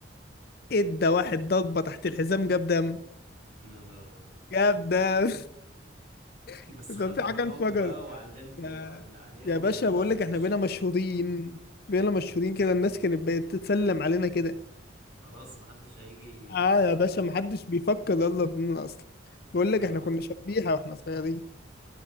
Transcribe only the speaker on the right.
يا لهوي
بس
خدتوا
حقكم
بقى وعلمتوا
عل- عليهم
ومحدش
امم
خلاص محدش هيجي
يتجرأ
بقى
اه